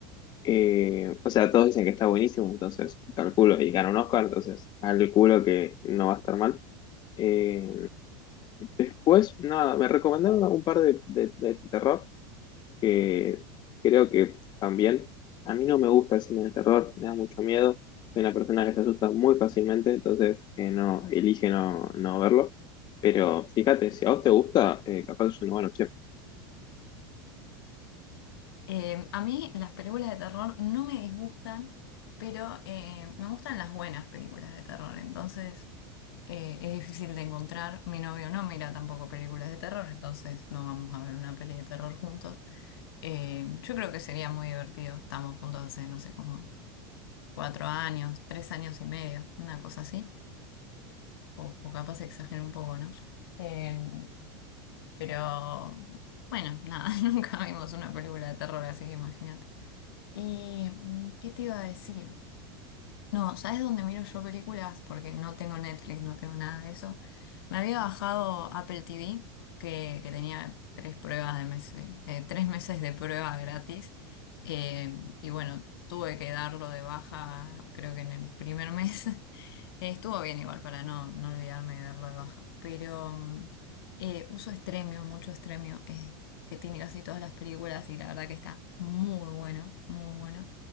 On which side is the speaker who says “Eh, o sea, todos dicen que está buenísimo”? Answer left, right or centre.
Left